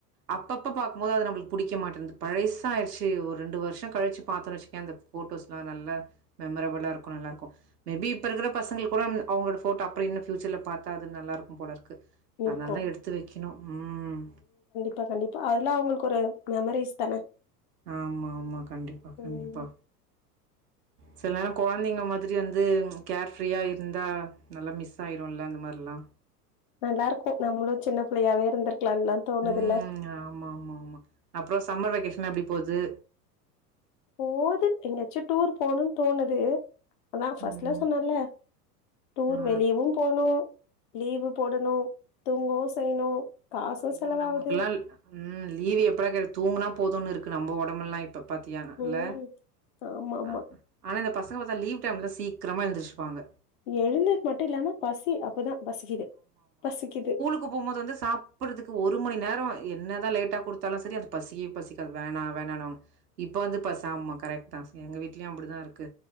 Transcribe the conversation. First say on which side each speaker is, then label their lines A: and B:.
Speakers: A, on the right (about 70°); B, on the left (about 35°).
A: அப்பப்ப பார்க்கும்போது அது நம்மளுக்கு புடிக்க மாட்டேங்குது பழசாயிடுச்சு ஒரு ரெண்டு வருஷம் கழிச்சு பார்த்தனு வச்சுக்கோய அந் ஃபோட்டோஸ்லாம் நல்லா மெமரபுளாருக்கும் நல்லாருக்கும் மே பி இப்ப இருக்கிற பசங்களுக் கூட அவுங்களோட போட்டோ அப்ற இன்னும் பியூச்சர்ல பார்த்தா அது நல்லா இருக்கும் போல இருக்கு அதனால
B: இருக்கு
A: எடுத்து வைக்கணும் ம்
B: கண்டிப்பா கண்டிப்பா அதுல்லா உங்களுக்கு ஒரு மெமரிஸ் தானே
A: ஆமா ஆமா கண்டிப்பா
B: ம்
A: கண்டிப்பா சில நேர குழந்தைங்க மாதிரி வந்து கேர் ஃப்ரீயா இருந்தா நல்ல மிஸ் தயிருல்ல இந்த மாறில்லா
B: நல்லா இருக்கு நம்மளும் சின்ன பிள்ளையாவே இருந்திருக்கலான்லா தோணுதுல்ல
A: ம். ஆமா ஆமா ஆமா அப்ரோ சம்மர் வெகேஷன்லா எப்டி போகுது
B: போது எங்காச்சு டூர் போகணுனு தோணுது அதா ஃபர்ஸ்ட்ல
A: ம்.
B: சொன்னன்ல டூர்
A: ஆ.
B: வெளியவு போணு லீவு போடணு தூங்கவு செய்யணு காசும்
A: ஐயோ!
B: செலவாவுது
A: நமக்கெல்லாம் ம் லீவு எப்படா கெடைக்கு தூங்குனா போதும்னு இருக்கு நம்ம உடம்பெல்லா இப்ப பத்தியான இல்ல
B: ம் ஆமா ஆமா
A: ஆ ஆனா இந்த பசங்க பார்த்தா லீவ் டைம்ல சீக்கிரமா எழுந்திருச்சுப்பாங்க
B: எழுந்தது மட்டு இல்லாம பசி அப்பதா பசிக்குது பசிக்குது
A: போகும்போது வந்து சாப்பிறதுக்கு ஒரு மணி நேரோ என்னதான் லேட்டா குடுத்தாலு சரி அது பசி பசிக்க வேணா வேணானுவாங்க இப்ப வந்து இப்ப சாமா கரெக்ட் தா எங்க வீட்லயும் அப்படிதா இருக்கு